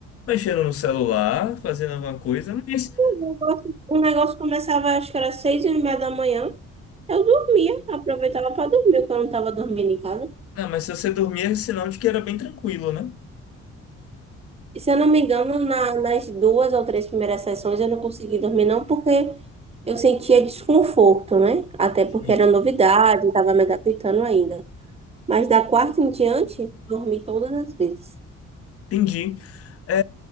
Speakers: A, on the left; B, on the right.
A: mexendo no celular, fazendo alguma coisa, mas,
B: O negócio, o negócio começava, acho que era seis e meia da manhã, eu dormia, aproveitava para dormir, porque eu não estava dormindo em casa.
A: não, mas se você dormir é sinal de que era bem tranquilo, né?
B: E se eu não me engano, na- nas duas ou três primeiras sessões eu não consegui dormir, não, porque eu sentia desconforto, né? Até
A: Sim.
B: porque era novidade, estava me adaptando ainda. Mas da quarta em diante, dormi todas as vezes.
A: Entendi. É,